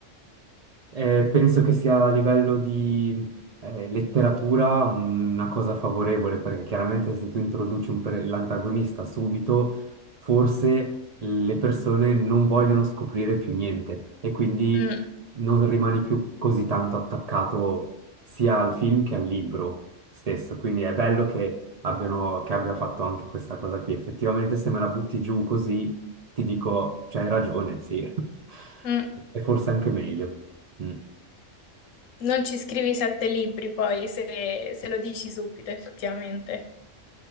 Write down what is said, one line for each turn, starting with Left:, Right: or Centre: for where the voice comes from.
Right: Eh, penso che sia a livello di eh, letteratura una cosa favorevole, perché chiaramente se tu introduci un pre- l'antagonista subito, forse le persone non vogliono scoprire più niente e quindi
Left: Mm,
Right: non rimani più così tanto attaccato sia al film che al libro stesso. Quindi è bello che abbiano, che abbia fatto anche questa cosa qui. Effettivamente, se me la butti giù così, ti dico, c'hai ragione, sì, <laughs>
Left: mm.
Right: e forse anche meglio. Mm.
Left: Non ci scrivi sette libri poi se, se lo dici subito, effettivamente.